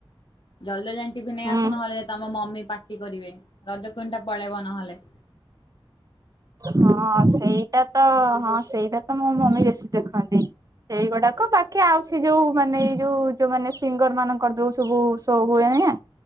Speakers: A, on the left; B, on the right.
A: ଜଲଦି ଜାଇଁକି ଟିଭି ନେଇ
B: ହୁଁ।
A: ଆସ। ନହେଲେ ତମ ମମି ପାଟି କରିବେ, ରଜ କୁଇନ୍ ଟା ପଳେଇବ ନହେଲେ।
B: ହଁ ସେଇଟା ତ, ହଁ ସେଇଟା ତ ମୋ ମମି ବେଶୀ ଦେଖନ୍ତି। ସେଇଗୁଡାକ ବାକି ଆଉ ସେଇଯୋଉ ମାନେ ଏଇ ଯୋଉ ଯୋଉ ମାନେ ସିଙ୍ଗର ମାନଙ୍କର ଯୋଉ ସବୁ ଶୋ ହୁଏନି ନା,